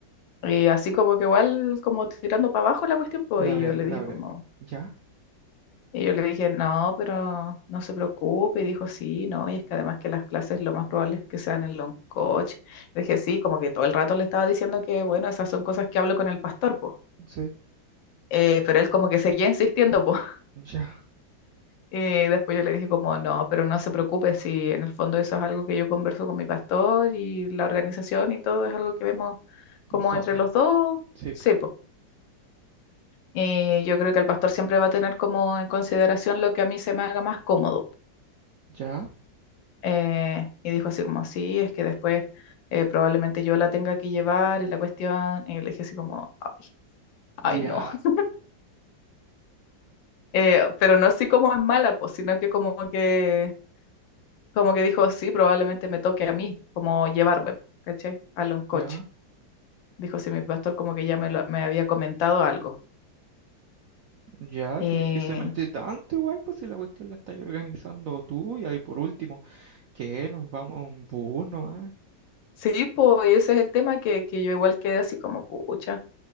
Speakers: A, on the left; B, on the right.
A: Y así como que igual, como tirando para abajo la cuestión, pues,
B: la
A: y
B: bre,
A: yo le
B: la
A: dije como,
B: bre- ya,
A: y yo le dije, no, pero no se preocupe, y dijo, sí, no, y es que además que las clases lo más probable es que sean en long coach. Le dije, sí, como que todo el rato le estaba diciendo que, bueno, esas son cosas que hablo con el pastor, pues.
B: sí,
A: Eh, pero él como que seguía insistiendo, pues.
B: ya,
A: Y después yo le dije como, no, pero no se preocupe si en el fondo eso es algo que yo converso con mi pastor y la organización y todo es algo que vemos como
B: nosotros,
A: entre los dos,
B: sí,
A: sí,
B: pues,
A: pues. Y yo creo que el pastor siempre va a tener como en consideración lo que a mí se me haga más cómodo.
B: ya,
A: Eh, y dijo así como, sí, es que después eh, probablemente yo la tenga que llevar y la cuestión. Y yo le dije así como, ay,
B: ya,
A: ay no. <laughs> Eh, pero no así como es mala, pues, sino que como que Como que dijo, sí, probablemente me toque a mí, como llevarme, po, ¿cachai? A lo en coche.
B: ya,
A: Dijo, sí, mi pastor como que ya me, lo- me había comentado algo.
B: ya,
A: Eh,
B: pero es que se mete tanto igual, pues si la cuestión la estás organizando tú, y ahí por último, que nos vamos en bus nomás,
A: sí, pues ese es el tema que, que yo igual quedé así como, pucha,